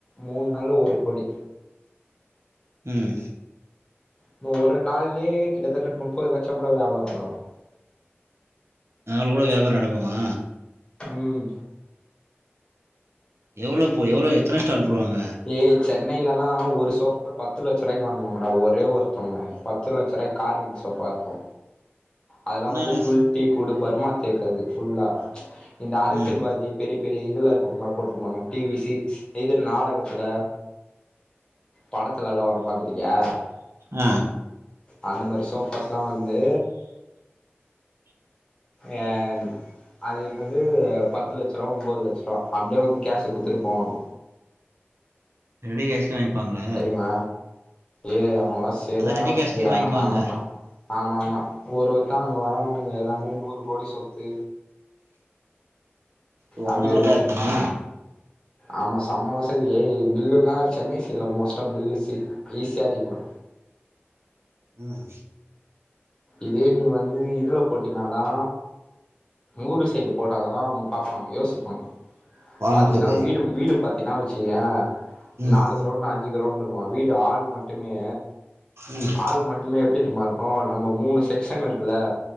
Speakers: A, on the left; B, on the right.
A: மூணு நாள ஒரு கோடி
B: உம்
A: இன்னும் ஒரு நாள்லயே கிட்டத்தட்ட முப்பது லட்சம் கூட வியாபாரம் பன்னுவோ
B: நாளக்குகூட வியாபாரம் நடக்குமா
A: உம்
B: எவ்வளவு போ எவ்ளோ எத்தன ஸ்டால் போடுவாங்க
A: ஏய் சென்னையிலலா ஒரு சோஃபா பத்து லட்ச ரூபாய்கு வாங்குவாங்கடா ஒரே ஒருத்தவங்க பத்து லட்சரூபாய்க் கார்விங் சோஃபாயிருக்கோ அதெல்லா
B: என்னன்ன
A: வந்து ஃபுல் டீ குடூ பர்மா தேக் அது ஃபுல்லா இந்த அரசியல்வாதி
B: ம்
A: பெரிய பெரிய இதுல இருப்பாங்கள போட்னுயிருப்பாங்க டிவி சிஸ் இதுல நாடகத்துல படத்துலல்லா வர மாதிரியா
B: ஆ
A: அந்தமாரி சோஃபாஸ்ல்லா வந்து ஏ அது வந்து பத்து லட்ச ரூபா ஒம்போது லட்சருவா அப்டியே வந்து கேஷ் குத்துட்டு போவாங்க
B: ரெடி கேஷ் வாங்கிப்பாங்களா
A: தெரியுமா ஏய் அவுங்காலா சரியானா
B: அதா ரெடி
A: வசதிடா
B: கேஷ்கே வாங்கிக்குவாங்க
A: நாங்க ஆமா ஆமா ஒரு ஒருத்த அங்க வரவனுங்க எல்லாமே நூறு கோடி சொத்து
B: ஓ
A: அப்டியிருக்கு
B: அந்த மாரிதா இருக்குமா
A: ஆமா செம வசதி ஏ பில்லுல்லா சென்னை சைட்ல மோஸ்ட்டா பில்லு சி ஈசிய அடிக்லா
B: ம்
A: இதே நீ வந்து இதுல போட்டியனாதா ஊரு சைடு போட்டாதா அவுங்க பாப்பாங்க யோசிப்பாங்க
B: வாங்கறதுக்கு
A: பாத்தீன்னா வீடு வீடு பத் தினா வெச்சீய
B: ம்
A: நாலு கிரௌண்ட்டு அஞ்சு கிரௌண்ட்டுனுவா வீட்டு ஹால் மட்டுமே
B: ம்
A: ஆல் மட்டுமே எப்டி தெர்மாயிருக்கூ நம்ம மூணு செக்ஷன் இருக்குல